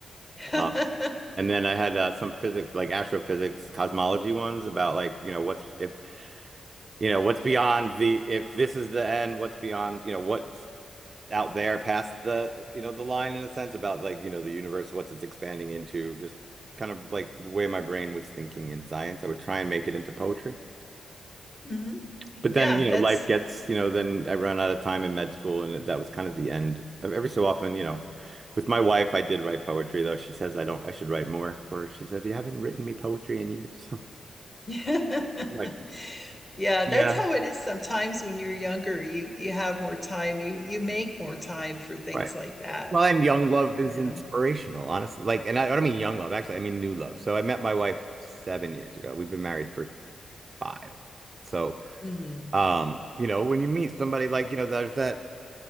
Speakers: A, on the left; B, on the right.
A: <laughs>
B: Um, and then I had uh, some physics, like astrophysics, cosmology ones about like, you know, what's if, you know, what's beyond the, if this is the end, what's beyond, you know, what's out there past the you know the line in a sense about like you know the universe what's it's expanding into just kind of like the way my brain was thinking in science i would try and make it into poetry
A: hmm
B: but then
A: Yeah,
B: you
A: that's
B: know life gets you know then i ran out of time in med school and that was kind of the end every so often you know with my wife i did write poetry though she says i don't i should write more for her she said you haven't written me poetry in years <laughs> I'm
A: <laughs> yeah,
B: like
A: that's
B: yeah
A: how it is sometimes when you're younger. You you have more time. You you make more time for things
B: right
A: like that,
B: find young love is
A: you
B: inspirational,
A: know.
B: honestly. Like, and I, I don't mean young love, actually, I mean new love. So I met my wife seven years ago. We've been married for five. So,
A: hmm
B: um, you know, when you meet somebody like, you know, there's that,